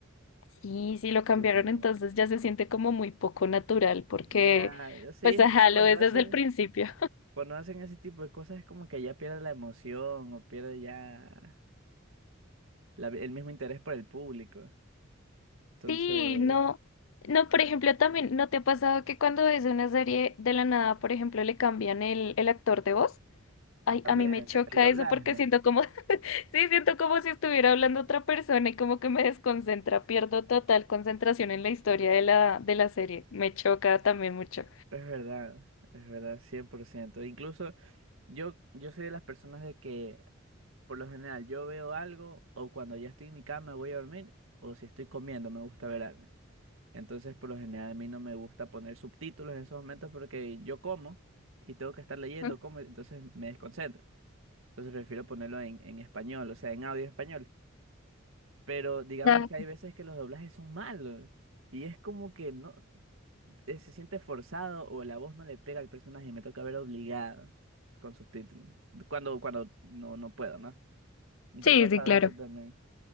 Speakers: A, on the left (about 70°); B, on the right (about 75°).
A: Sí, sí lo cambiaron,
B: Sí.
A: entonces ya se siente como muy poco natural porque
B: Ya, ya sí,
A: pues
B: es
A: ajá,
B: que cuando
A: lo es
B: hacen,
A: desde el principio.
B: cuando hacen ese tipo de cosas es como que ya pierde la emoción o pierde ya la- el mismo interés por el público. Entonces,
A: Sí, no, no, por ejemplo, también, ¿no te ha pasado que cuando ves una serie de la nada, por ejemplo, le cambian el, el actor de voz? Ay,
B: también
A: a mí me choca
B: el doblaje.
A: eso porque siento como, <laughs> sí, siento como si estuviera hablando otra persona y como que me desconcentra, pierdo total concentración en la historia de la, de la serie. Me choca también mucho.
B: Es verdad, es verdad, cien por ciento Incluso yo, yo soy de las personas de que Por lo general, yo veo algo o cuando ya estoy en mi cama voy a dormir o si estoy comiendo me gusta ver algo. Entonces, por lo general, a mí no me gusta poner subtítulos en esos momentos porque yo como y tengo que estar leyendo,
A: Mm,
B: como, entonces me desconcentro. Entonces prefiero ponerlo en, en español, o sea, en audio español. Pero digamos
A: ya.
B: que hay veces que los doblajes son malos y es como que no eh, se siente forzado o la voz no le pega al personaje y me toca ver obligado con subtítulos. Cuando, cuando no, no puedo, ¿no? ¿No
A: Sí,
B: ¿Te ha pasado
A: sí, claro.
B: eso también?